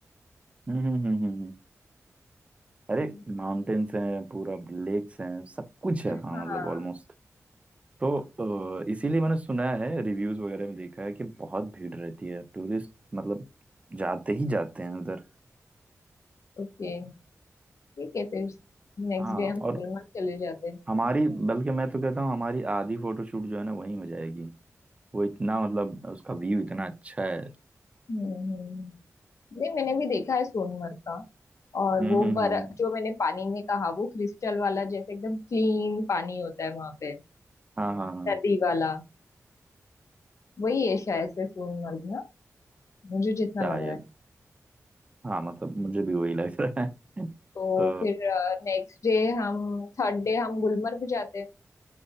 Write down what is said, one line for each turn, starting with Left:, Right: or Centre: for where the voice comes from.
Right: हम्म हम्म हम्म हम्म, हम्म। अरे
Left: हम्म।
Right: माउंटेन्स हैं पूरा लेक्स हैं सब कुछ है
Left: हाँ
Right: हाँ मतलब ऑलमोस्ट तो अ, इसीलिए मैंने सुना है रिव्यूज वगैरह में देखा है कि बहुत भीड़ रहती है टूरिस्ट मतलब जाते ही जाते हैं उधर
Left: ओके ठीक है फिर नेक्स्ट
Right: हाँ
Left: डे हम
Right: और
Left: सोलमर्ग चले जाते हैं
Right: हमारी बल्कि मैं तो कहता हूँ हमारी आधी फोटोशूट जो है ना वहीं हो जाएगी वो इतना मतलब उसका व्यू इतना अच्छा है
Left: हम्म हम्म। नहीं मैंने भी देखा है सोनमर्ग का और
Right: हम्म
Left: वो
Right: हम्म
Left: बर
Right: हम्म हम्म।
Left: जो मैंने पानी में कहा वो क्रिस्टल वाला जैसे एकदम क्लीन पानी होता है वहां पे
Right: हाँ हाँ हाँ
Left: नदी वाला वही है शायद से सोनमर्ग ना मुझे जितना
Right: शायद
Left: लग रहा है
Right: हाँ मतलब मुझे भी वही लग रहा है <laughs>
Left: तो
Right: तो
Left: फिर नेक्स्ट डे हम थर्ड डे हम गुलमर्ग जाते हैं